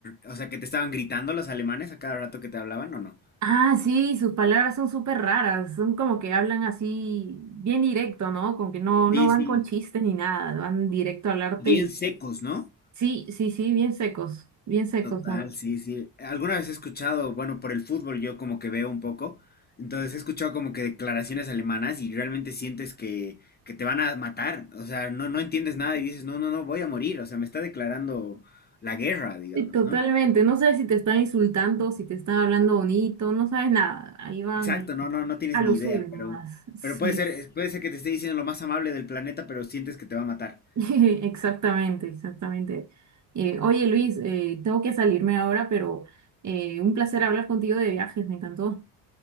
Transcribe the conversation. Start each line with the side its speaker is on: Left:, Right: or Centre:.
Left: o sea, que te estaban gritando los alemanes a cada rato que te hablaban o no?
Right: Ah, sí, sus palabras son súper raras, son como que hablan así bien directo, ¿no? Como que no, no
Left: Sí,
Right: van
Left: sí,
Right: con chistes ni nada, van directo a hablarte
Left: bien
Right: y
Left: secos, ¿no?
Right: sí, sí, sí, bien secos, bien secos
Left: Total,
Right: son.
Left: sí, sí. Alguna vez he escuchado, bueno, por el fútbol yo como que veo un poco, entonces he escuchado como que declaraciones alemanas y realmente sientes que, que te van a matar, o sea, no, no entiendes nada y dices, no, no, no, voy a morir, o sea, me está declarando la guerra, digamos,
Right: Sí, totalmente,
Left: ¿no?
Right: no sabes si te están insultando, si te están hablando bonito, no sabes nada, ahí van
Left: Exacto, no, no, no tienes
Right: a lo
Left: ni idea,
Right: suyo nomás.
Left: pero,
Right: Sí,
Left: pero puede ser, es- puede ser que te esté diciendo lo más amable del planeta, pero sientes que te va a matar.
Right: <laughs> exactamente, exactamente. Eh, oye Luis, eh, tengo que salirme ahora, pero eh, un placer hablar contigo de viajes, me encantó.